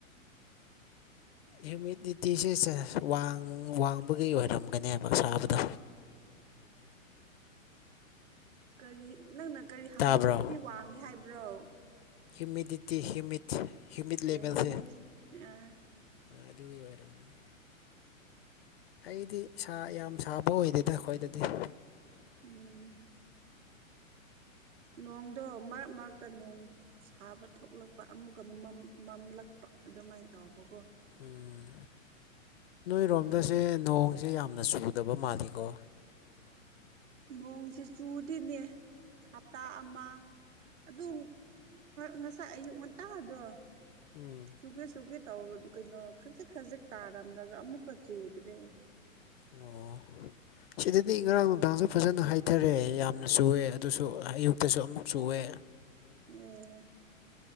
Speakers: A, on the left; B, on the right.
A: ꯍꯤꯃꯤꯗꯤꯇꯤꯁꯦ ꯋꯥꯡ ꯋꯥꯡ ꯒꯤ ꯑꯣꯏꯔꯝꯒꯅꯦꯕ
B: ꯎꯝ
A: ꯁꯥꯕꯗꯣ
B: ꯀꯔꯤ ꯅꯪꯅ ꯀꯔꯤ ꯍꯪꯕ
A: ꯇꯥꯕ꯭ꯔꯣ
B: ꯕꯤ ꯄꯤ ꯋꯥꯡꯉꯤ ꯍꯥꯏꯕ꯭ꯔꯣ
A: ꯍ꯭ꯌꯨꯃꯤꯗꯤꯇꯤ ꯍ꯭ꯌꯨꯃꯤꯠ ꯍ꯭ꯌꯨꯃꯤꯠ ꯂꯦꯚꯦꯜꯁꯦ
B: ꯑꯦ ꯍꯤ ꯃꯤ ꯑ
A: ꯑꯥ ꯑꯗꯨꯒꯤ ꯑꯣꯏꯔꯝꯒꯅꯤ ꯑꯩꯗꯤ ꯏꯁꯥ ꯌꯥꯝ ꯁꯥꯕ ꯑꯣꯏꯗꯦꯗ ꯑꯩꯈꯣꯏꯗꯗꯤ
B: ꯎꯝ ꯅꯣꯡꯗꯣ ꯃꯔꯛ ꯃꯔꯛꯇ ꯅꯣꯡ ꯁꯥꯕ ꯊꯣꯛꯂꯛꯄ ꯑꯃꯨꯀ ꯃꯝꯂꯛꯄ ꯑꯗꯨꯃꯥꯏꯅ ꯇꯧꯕꯀꯣ
A: ꯎꯝ ꯅꯣꯏꯔꯣꯝꯗꯁꯦ ꯅꯣꯡꯁꯦ ꯌꯥꯝꯅ ꯆꯨꯗꯕ ꯃꯥꯜꯂꯤꯀꯣ
B: ꯅꯣꯡꯁꯤ ꯆꯨꯗꯅꯦ ꯍꯞꯇꯥ ꯑꯃ ꯑꯗꯨ ꯉꯁꯥꯏ ꯑꯌꯨꯛ ꯉꯟꯇꯥꯗꯣ
A: ꯎꯝ
B: ꯆꯨꯒꯦ ꯆꯨꯒꯦ ꯇꯧ ꯀꯩꯅꯣ ꯈꯖꯤꯛ ꯈꯖꯤꯛ ꯇꯥꯔꯝꯂꯒ ꯑꯃꯨꯛꯀ ꯆꯨꯗ꯭ꯔꯦ
A: ꯑꯣ ꯁꯤꯗꯗꯤ ꯉꯔꯥꯡ ꯅꯨꯡꯗꯥꯡꯁꯨ ꯐꯖꯅ ꯍꯥꯏꯊꯔꯦ ꯌꯥꯝꯅ ꯆꯨꯋꯦ ꯑꯗꯨꯁꯨ ꯑꯌꯨꯛꯇꯁꯨ ꯑꯃꯨꯛ ꯆꯨꯑꯦ
B: ꯎꯝ